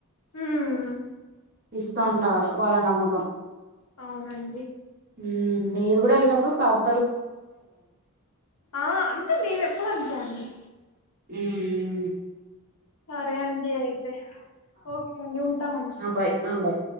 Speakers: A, on the left; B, on the right.
A: ఉమ్
B: ఇస్తాఉంటారు వాళ్ళ నమ్మకం
A: అవునండీ
B: హ్మ్ మీరు కూడా ఎళ్ళినప్పుడు కాద్
A: ఆ అంతే మేము ఎప్పుడు అంతే అండి
B: హ్మ్ ఊహ్మ్
A: సరే అండి అయితే ఓకే అండి ఉంటామండి
B: ఆ బాయ్ ఆ బాయ్